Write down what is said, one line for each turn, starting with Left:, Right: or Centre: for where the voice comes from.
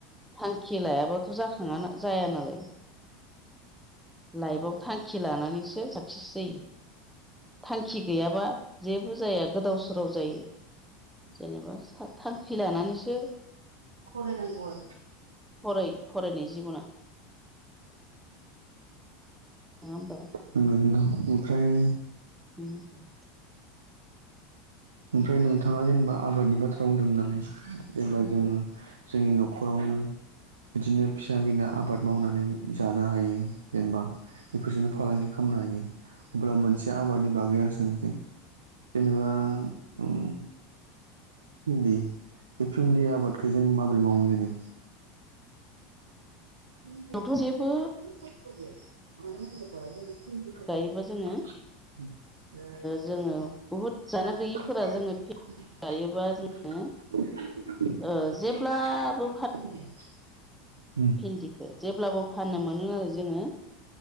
Centre: थांखि लायाबाथ' जाखाङा जाया नालाय। लाइफआव थांखि लानानैसो साक्सेस जायो। थांखि गैयाबा जेबो जाया गोदाव-सोराव जायो। जेनेबा थांखि लानानैसो
Right: फरायनांगौ आरो।
Centre: फराय फरायनाय जिब'ना। नङा होमबा
Right: <unintelligible> नोंगो ओमफ्राय
Centre: ओम होम।
Right: ओमफ्राय नोंथाङा जेनेबा आबादनि बाथ्रा बुंदों नालाय जेनेबा जोङो जोंनि न'खरावनो बिदिनो फिसा बिला आबाद मावनानै जानो हायो। जेनेबा बेफोरजोंनो फालांगि खालामनो हायो अब्ला मोनसे आबादनि बागै आं सोंनोसै जेनेबा उम भिन्दि बे भिन्दि आबादखो जों माबोरै मावो जेनेबा? भिनदियावथ'
Centre: थ' जेबो
Right: बेयो <unintelligible> <unintelligible>
Centre: गायोबा जोङो
Right: ओ
Centre: जोङो
Right: <unintelligible>
Centre: बुहुद जानो गैयिफोरा
Right: <unintelligible>
Centre: जोङो गायोबा
Right: ओ
Centre: जोङो
Right: जेब्लाबो
Centre: ओ जेब्लाबो
Right: सायो उम।
Centre: भिन्दिखो जेब्लाबो फाननो मोनो आरो जोङो।